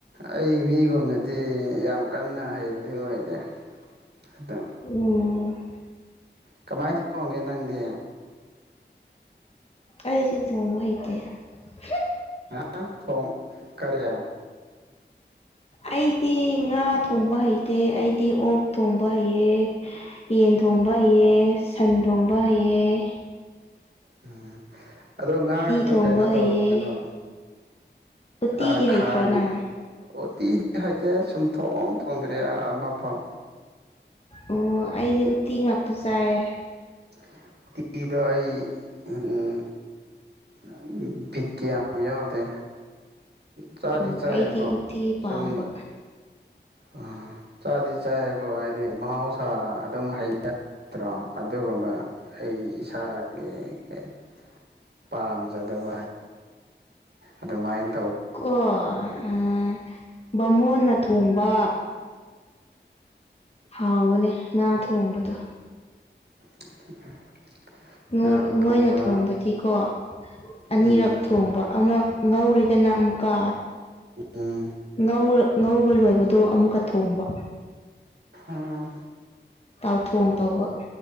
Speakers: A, on the right (about 60°); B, on the left (about 35°).
A: ꯑꯩ ꯃꯤꯒꯨꯝꯅꯗꯤ ꯌꯥꯝ ꯀꯟꯅ ꯍꯩꯕꯗꯤ ꯑꯣꯏꯗꯦ ꯑꯗ
B: ꯎꯝ
A: ꯀꯃꯥꯏꯅ ꯇꯧꯒꯦ ꯅꯪꯗꯤ
B: ꯑꯩꯗꯤ ꯊꯣꯡꯕ ꯍꯩꯇꯦ ꯍꯨꯡꯛ꯫
A: ꯉꯥ ꯊꯣꯡ ꯀꯔꯤ꯫
B: ꯑꯩꯗꯤ ꯉꯥ ꯊꯣꯡꯕ ꯍꯩ ꯇꯦ ꯑꯩꯗꯤ ꯑꯣꯛ ꯊꯣꯡꯕ ꯍꯩꯌꯦ ꯌꯦꯟ ꯊꯣꯡꯕ ꯍꯩꯌꯦ ꯁꯟ ꯊꯣꯡꯕ ꯍꯩꯌꯦ ꯌꯦ
A: ꯎꯝ ꯑꯗꯣ ꯉꯥꯒꯤꯗꯣ
B: ꯊꯣꯡꯕ
A: ꯀꯩꯅꯣ
B: ꯍꯩꯌꯦ
A: ꯇꯧ <unintelligible> ꯅꯤꯀꯣ
B: ꯎꯇꯤꯗꯤ
A: ꯑ
B: ꯍꯩꯇ꯭ꯔꯣ
A: ꯈꯥꯡ
B: ꯅꯪ
A: ꯑꯣꯇꯤ <inaudible> ꯍꯩꯇꯦ ꯁꯨꯝꯊꯣꯡ ꯊꯣꯡꯗ꯭ꯔꯦ ꯑꯃꯐꯧ꯫
B: ꯑꯣ ꯑꯩꯗꯤ ꯎꯇꯤ ꯉꯥꯛꯇ ꯆꯥꯢꯌꯦ꯫
A: <unintelligible> ꯑꯩ ꯑꯨꯡ ꯎꯝ ꯚꯤꯠ ꯀ ꯌꯥꯝ ꯌꯥꯎꯗꯦ꯫ ꯆꯥꯗꯤ
B: ꯑꯣ
A: ꯆꯥꯏꯌꯦꯀꯣ
B: ꯑꯩꯗꯤ ꯎꯇꯤ ꯄꯥꯝꯕ
A: ꯁꯨꯝ ꯑ ꯆꯥꯗꯤ ꯆꯥꯌꯦꯀꯣ ꯍꯥꯏꯗꯤ ꯃꯍꯧꯁꯥ ꯑꯗꯨꯝ ꯍꯩ <inaudible> ꯇ꯭ꯔꯣ ꯑꯗꯨꯒꯨꯝꯕ ꯑꯩ ꯏꯁꯥꯒꯤ <inaudible> ꯄꯥꯝꯖꯗꯕ ꯍꯥꯏꯠ ꯑꯗꯨꯃꯥꯏꯟ
B: ꯀꯣ ꯎꯝ ꯕꯥꯃꯣꯟꯅ ꯊꯣꯡꯕ ꯍꯥꯎꯕꯅꯦ ꯉꯥ ꯊꯣꯡꯕꯗꯣ꯫
A: <inaudible>
B: ꯃꯣꯢ
A: ꯉꯥ
B: ꯃꯣꯢꯅ
A: ꯊꯣꯡꯕ
B: ꯊꯣꯡꯕꯗꯤꯀꯣ ꯑꯅꯤꯔꯛ
A: ꯎꯝ
B: ꯊꯣꯡꯕ ꯑꯃ ꯉꯧꯔꯦꯗꯅ ꯑꯃꯨꯛꯀ
A: ꯎꯝ
B: ꯉꯧꯔ ꯉꯧꯕ ꯂꯣꯏꯕ ꯗꯣ ꯑꯃꯨꯛꯀ ꯊꯣꯡꯕ꯫
A: ꯑꯥ
B: ꯇꯥꯎꯊꯣꯡ ꯇꯧꯕ꯫